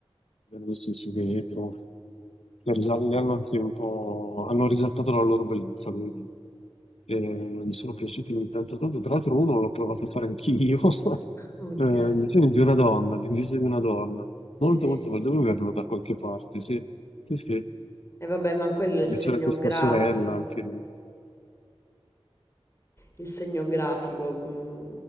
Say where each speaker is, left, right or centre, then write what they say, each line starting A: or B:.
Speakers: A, on the left; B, on the left.
A: vengono messi su vetro, le risal- le hanno anche un po', hanno risaltato la loro bellezza, devo dire. Eh, mi sono piaciuti tanto tanto, tra l'altro uno l'ho provato a fare anch'io, <laughs>
B: Ok,
A: Eh, il disegno di una donna, di un viso di una donna.
B: sì.
A: Molto, molto bello. Devo averlo da qualche parte, sì. Sì, sì.
B: E vabbè, ma quello è
A: Perché
B: il segno
A: c'era questa
B: grafico.
A: sorella anche
B: Il segno grafico. mm.